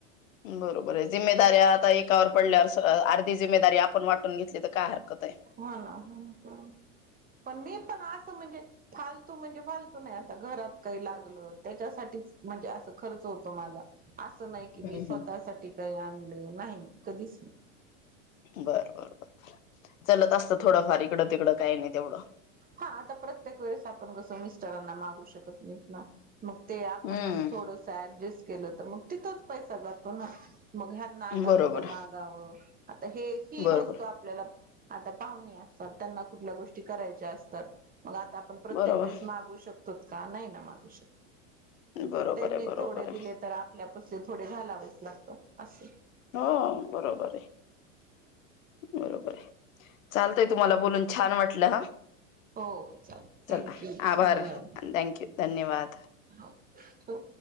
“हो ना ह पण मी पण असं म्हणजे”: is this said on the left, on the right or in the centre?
Right